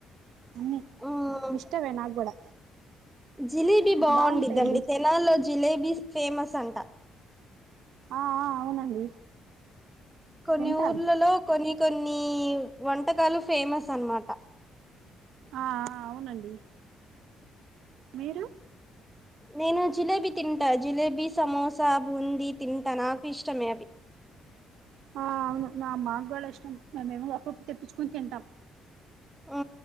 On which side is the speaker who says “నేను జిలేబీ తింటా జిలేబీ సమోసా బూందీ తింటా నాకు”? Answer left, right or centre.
Centre